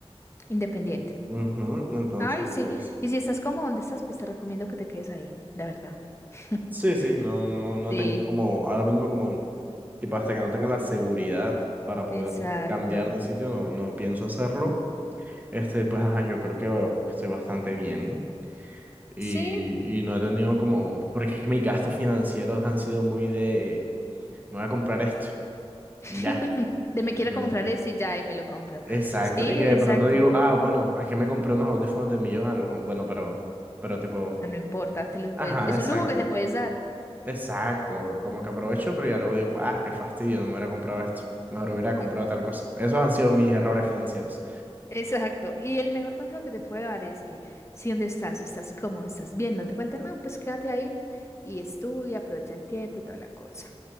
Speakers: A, on the left; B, on the right.
A: independiente.
B: ujú, entonces,
A: Ay, sí.
B: pues.
A: Y si estás como donde estás, pues te recomiendo que te quedes ahí, la verdad. <laughs>
B: Sí, sí, no, no, no
A: Sí,
B: tengo como, ahora mismo como, tipo, hasta que no tenga la seguridad para poder
A: exacto.
B: cambiar de sitio, no, no pienso hacerlo. Este, pues, ajá, yo creo que va- estoy bastante bien y,
A: Sí,
B: y no he tenido como, porque es que mis gastos financieros han sido muy de, me voy a comprar esto
A: <laughs>
B: y ya,
A: De me
B: ¿entiendes?
A: quiero comprar eso y ya, y me lo compro.
B: Exacto,
A: Sí,
B: y que de
A: exacto.
B: pronto digo, ah, bueno, ¿para qué me compré unos audífonos de millón? Algo, Bueno, pero, pero tipo,
A: No importa, te lo
B: ajá,
A: puedes, es
B: exacto.
A: un lujo que te puedes dar.
B: Exacto, como que aprovecho, pero ya luego digo, ah, qué fastidio, no me hubiera comprado esto. Mejor hubiera comprado
A: E-
B: tal cosa. Esos han sido mis errores financieros.
A: Exacto. Y el mejor consejo que te puedo dar es que si donde estás, estás cómodo, estás bien, no te falta nada, pues quédate ahí y estudia, aprovecha el tiempo y toda la cosa.